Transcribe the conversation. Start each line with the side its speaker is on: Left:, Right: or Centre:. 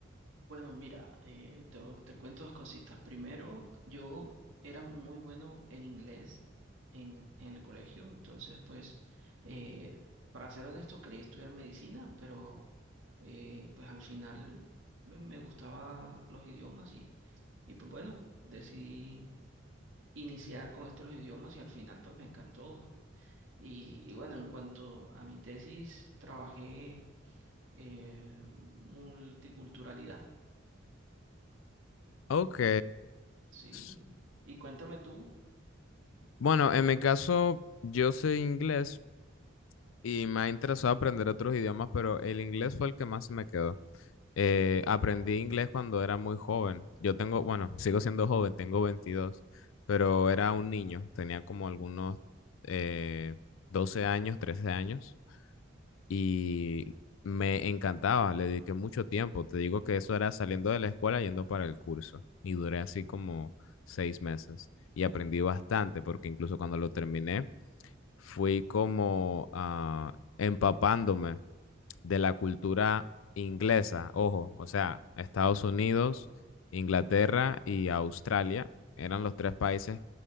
Right: Bueno, mira, eh, te, te cuento dos cositas. Primero, yo era muy bueno en inglés en, en el colegio, entonces, pues, eh, para ser honesto, quería estudiar medicina, pero eh, pues al final me, me gustaba los idiomas y, y pues bueno, decidí iniciar con esto de los idiomas y al final pues me encantó. Y, y bueno, en cuanto a mi tesis, trabajé eh, multiculturalidad,
Left: Ok.
Right: ¿sí?
Left: S-
Right: Y cuéntame tú.
Left: Bueno, en mi caso, yo sé inglés y me ha interesado aprender otros idiomas, pero el inglés fue el que más se me quedó. Eh, aprendí inglés cuando era muy joven. Yo tengo, bueno, sigo siendo joven, tengo 22, pero era un niño, tenía como algunos eh, 12 años, 13 años y me encantaba, le dediqué mucho tiempo. Te digo que eso era saliendo de la escuela yendo para el curso y duré así como seis meses y aprendí bastante porque incluso cuando lo terminé fui como ah, empapándome de la cultura inglesa, ojo, o sea, Estados Unidos, Inglaterra y Australia eran los tres países